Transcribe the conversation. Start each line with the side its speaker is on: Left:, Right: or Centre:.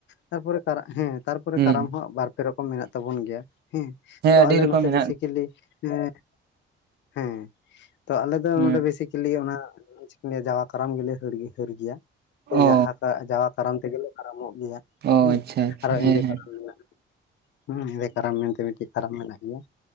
Left: ᱛᱟᱨᱯᱚᱨᱮ ᱠᱟᱨᱟᱜ ᱦᱮᱸ ᱛᱟᱨᱯᱚᱨᱮ
Right: ᱦᱩᱸ
Left: ᱠᱟᱨᱟᱢ ᱦᱚᱸ ᱵᱟᱨᱯᱮ ᱨᱚᱠᱚᱢ ᱢᱮᱱᱟᱜ ᱛᱟᱵᱚᱱ ᱜᱮᱭᱟ ᱦᱮᱸ ᱛᱚ
Right: ᱟᱹᱰᱤ
Left: ᱟᱞᱮ
Right: ᱨᱚᱠᱚᱢ
Left: ᱱᱚᱛᱮ
Right: ᱢᱮᱱᱟᱜ
Left: ᱵᱤᱥᱤ ᱪᱤᱞᱤ ᱦᱮᱸ ᱦᱮᱸ ᱛᱚ ᱟᱞᱮ ᱫᱚ
Right: ᱦᱮᱸ
Left: ᱱᱚᱸᱰᱮ ᱵᱮᱥᱤᱠᱮᱞᱤ ᱚᱱᱟ ᱞᱮ ᱡᱟᱣᱟ ᱠᱟᱨᱟᱢ ᱜᱮᱞᱮ ᱦᱟᱹᱲ ᱜᱮᱭᱟ ᱦᱟᱹᱨ ᱜᱮᱭᱟ ᱥᱮ
Right: ᱚ
Left: ᱡᱟᱦᱟᱸ ᱠᱟᱜ ᱡᱟᱣᱟ ᱠᱟᱨᱟᱢ ᱛᱮᱜᱮᱞᱮ ᱠᱟᱨᱟᱢᱚᱜ ᱜᱮᱭᱟ᱾
Right: ᱚ
Left: ᱦᱮᱸ
Right: ᱟᱪᱪᱷᱟ ᱟᱪᱪᱷᱟ
Left: ᱟᱨᱚ
Right: ᱦᱮᱸ
Left: ᱮᱸᱫᱮ ᱠᱟᱨᱚᱢ ᱢᱮᱱᱟᱜᱼᱟ ᱦᱮᱸ ᱮᱸᱫᱮ ᱠᱟᱨᱟᱢ ᱢᱮᱱᱛᱮ ᱢᱤᱜᱴᱤᱡ ᱠᱟᱨᱟᱢ ᱢᱮᱱᱟᱜ ᱜᱮᱭᱟ,